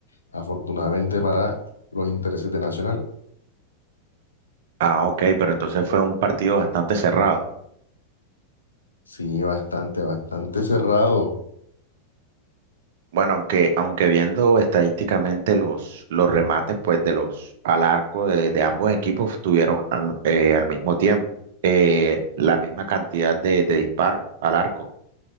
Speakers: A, on the left; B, on the right.
A: Afortunadamente para los intereses de Nacional.
B: Ah, ok, pero entonces fue un partido bastante cerrado.
A: Sí, bastante, bastante cerrado.
B: Bueno, aunque, aunque viendo estadísticamente los, los remates pues de los al arco de, de ambos equipos tuvieron al, eh, al mismo tiempo eh, la misma cantidad de, de disparos al arco.